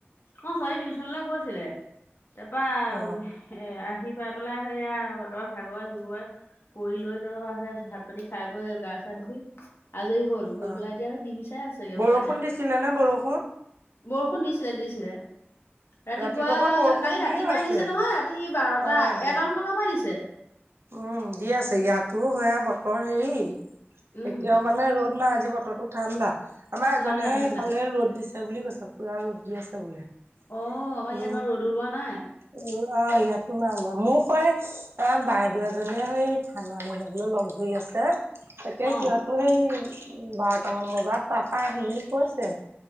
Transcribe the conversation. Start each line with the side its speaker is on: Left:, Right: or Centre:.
Left: অ' হয় টিউচনলে গৈছিলে। তাৰপা
Right: অ
Left: এ আহি পাই পেলাই সেইয়া একেবাৰে ভাগৰে জুগৰে পৰি লৈ তে ভাত পানী খাই বৈ গা চা ধুই আজৰি হ'ল। হৈ
Right: অ
Left: পেলাই এতিয়া স টিভি চাই আছেগে
Right: বৰষুণ
Left: হ'বলা।
Right: দিছিলে নে বৰষুণ
Left: বৰষুণ দিছিলে দিছিলে। ৰাতিপুৱা
Right: ৰাতিপুৱাৰ পৰা বৰষুণ
Left: কালি
Right: দিয়ে
Left: ৰাতিপুৱাই
Right: আছে
Left: দিছে নহয়, ৰাতি বাৰটা
Right: অ দিয়ে
Left: এটামান বজাৰ পৰাই দিছে।
Right: উম, দি আছে ইয়াতো স বতৰ হেৰি
Left: উম
Right: এতিয়াও মানে ৰ'দ না আজি বতৰটো ঠাণ্ডা, আমাৰ এজনে
Left: ঠাণ্ডা
Right: সেইফালে
Left: ঠাণ্ডা
Right: ৰ'দ দিছে বুলি কৈছে পুৰা ৰ'দ। দি আছে বোলে।
Left: অ'। আমাৰ
Right: উ,
Left: ইয়াত বাৰু ৰ'দ ওলোৱা নাই
Right: উ, অ' ইয়াতো নাই ওলোৱা, মোৰ সৈ অ' বাইদেউ এজনীয়ে সেই থানা লৈ যাবলৈ লগ ধৰি আছে। তাকে
Left: অ
Right: সিহঁতো সেই বাৰটামান বজাত তাৰপা আহিম বুলি কৈছে।